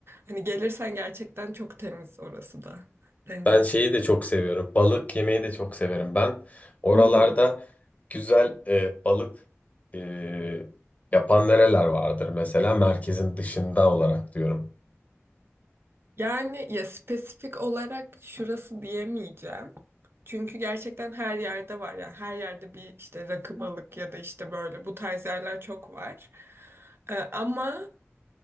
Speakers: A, on the right; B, on the left.
A: Hani gelirsen gerçekten çok temiz orası da deniz
B: Ben şeyi de çok seviyorum. Balık yemeyi de çok severim. Ben oralarda
A: açısından.
B: güzel e, balık e, yapan nereler vardır mesela merkezin dışında olarak
A: <laughs>
B: diyorum.
A: Yani ya spesifik olarak şurası diyemeyeceğim. Çünkü gerçekten her yerde var yani her yerde bir işte rakı balık ya da işte böyle bu tarz yerler çok var. Ee, ama